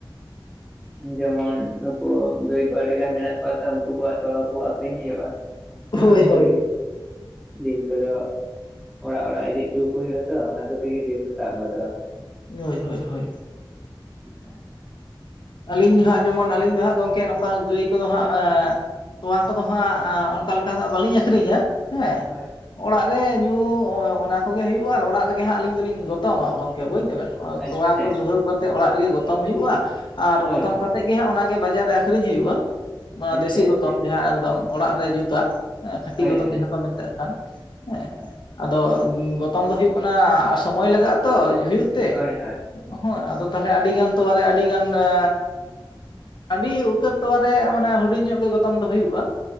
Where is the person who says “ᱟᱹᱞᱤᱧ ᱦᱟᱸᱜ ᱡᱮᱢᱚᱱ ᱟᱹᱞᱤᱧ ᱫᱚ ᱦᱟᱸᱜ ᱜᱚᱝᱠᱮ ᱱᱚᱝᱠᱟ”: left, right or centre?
Left